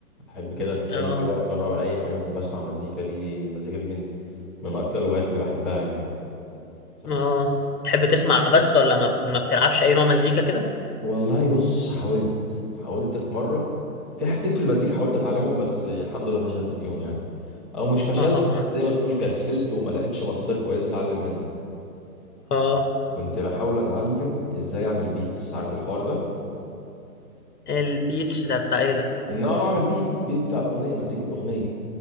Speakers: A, in the centre; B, on the left.
A: أحب كده في أي
B: اه
A: وقت وأنا بعمل أي حاجة أكون بسمع مزيكا دي المزيكا دي من من أكتر الهوايات اللي بحبها يعني صراحة
B: اه تحب تسمع بس ولا ما ما بتلعبش اي نوع مزيكا كده
A: والله بص حاولت حاولت في مرة في حاجتين في المزيكا حاولت أتعلمهم بس الحمد لله فشلت فيهم يعني أو مش فشلت
B: اه
A: زي ما تقول كسلت وما لقيتش مصادر كويسة أتعلم منها
B: اه
A: كنت بحاول اتعلم ازاي اعمل بيتس عارف الحوار ده
B: البيتس ده بتاع ايه ده
A: ان اقعد اعمل بيت بيت بتاع اغنيه مزيكه اغنيه